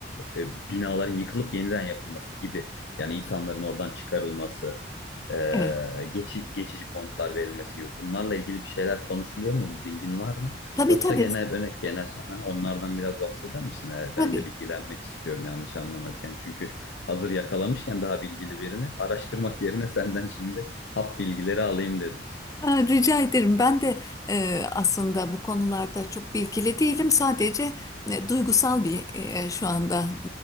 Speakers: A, on the left; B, on the left.
A: e, binaların yıkılıp yeniden yapılması gibi yani insanların oradan çıkarılması, e,
B: evet.
A: geçi, geçici konutlar verilmesi gibi bunlarla ilgili bir şeyler konuşuluyor mu? Bir bilgin var mı?
B: Tabii
A: Yoksa
B: tabii,
A: genel böyle genel ha, onlardan biraz bahseder misin? E, ben
B: tabii.
A: de bilgilenmek istiyorum yanlış anlama seni. Çünkü hazır yakalamışken daha bilgili birini araştırmak yerine senden şimdi hap bilgileri alayım dedim.
B: Aa, Rica ederim. Ben de e, aslında bu konularda çok bilgili değilim. Sadece e, duygusal bir e, şu anda